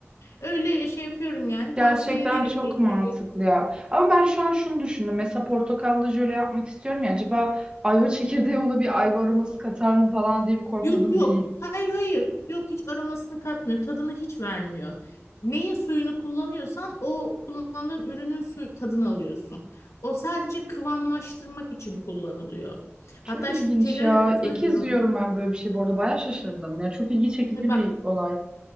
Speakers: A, on the left; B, on the right.
A: Öyle şey yapıyorum yani tavsiye
B: Gerçekten
A: ederim.
B: çok
A: E,
B: mantıklı ya. Ama ben şu an şunu düşündüm. Mesela portakallı jöle yapmak istiyorum ya. Acaba ayva çekirdeği ona bir ayva aroması katar mı falan diye bir korkmadım
A: Yok yok.
B: değil.
A: Hayır hayır. Yok hiç aromasını katmıyor. Tadını hiç vermiyor. Neyin suyunu kullanıyorsan o kullandığın ürünün su tadını alıyorsun. O sadece kıvamlaştırmak için kullanılıyor. Hatta
B: Çok ilginç
A: şeylere
B: ya.
A: de katıyoruz
B: İlk kez
A: biz onu.
B: duyuyorum ben böyle bir şey. Bu arada bayağı şaşırdım. Ya çok ilgi çekici
A: E bak
B: bir olay.